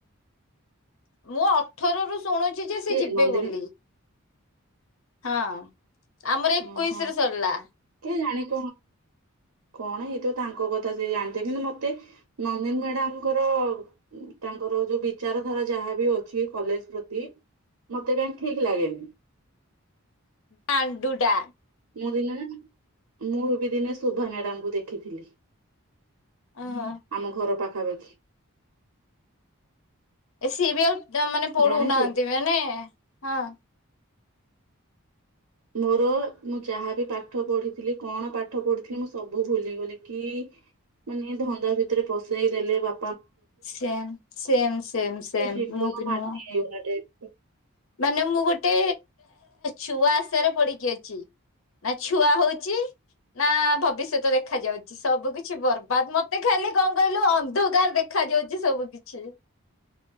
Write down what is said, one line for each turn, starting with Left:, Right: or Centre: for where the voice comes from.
Left: ମୁଁ ଅଠର ରୁ ଶୁଣୁଚ କି ଯେ ସେ
Right: କେ
Left: ଯିବେ
Right: ନନ୍ଦିନୀ
Left: ବୋଲି। ହଁ। ଆମର ଏକୋଇଶି
Right: ଓହୋ
Left: ରେ ସରିଲା
Right: କେ ଜାଣି କଣ କଣ ଏଇ ତ ତାଙ୍କ କଥା ସେ ଜାଣିଥେ କିନ୍ତୁ ମତେ ନନ୍ଦିନ ମେଡାମଙ୍କର ତାଙ୍କର ଯୋଉ ବିଚାରଧାରା ଯାହାବି ଅଛି କଲେଜ ପ୍ରତି ମତେ କାହିଁ ଠିକ ଲାଗେନି।
Left: ଦାଣ୍ଡୁଡା
Right: ମୁଁ ଦିନ ନା ମୁଁ ବି ଦିନେ ଶୋଭା ମ୍ୟାଡାମକୁ ଦେଖିଥିଲି।
Left: ଓହୋ
Right: ଆମ ଘର ପାଖ ପାଖାପାଖି।
Left: ଏ ସିଏ ବି ଆଉ ଡାମ ମାନେ ପଢଉନାହାନ୍ତି
Right: ଜାଣିଛୁ
Left: ମାନେ ହଁ।
Right: ମୋର ମୁଁ ଯାହାବି ପାଠ ପଢିଥିଲି କଣ ପାଠ ପଢିଥିଲି ମୁଁ ସବୁ ଭୁଲିଗଲି କି ମାନେ ଧନ୍ଦା ଭିତରେ ପସେଇ ଦେଲେ ବା
Left: ସେମ ସେମ ସେମ ସେମ
Right: ଜୀବନ
Left: ମୁଁ ବି
Right: ମାଟି
Left: ନୁହଁ।
Right: <inaudible>
Left: ମାନେ ମୁଁ ଗୋଟେ ଛୁଆ ଆଶାରେ ପଡିକି ଅଛି ନା ଛୁଆ ହଉଛି ନା ଭବିଷ୍ୟତ ଦେଖାଯାଉଛି ସବୁ କିଛି ବର୍ବାଦ ମତେ ଖାଲି କଣ କହିଲୁ ଅନ୍ଧକାର ଦେଖା ଯାଉଛି ସବୁ କିଛି।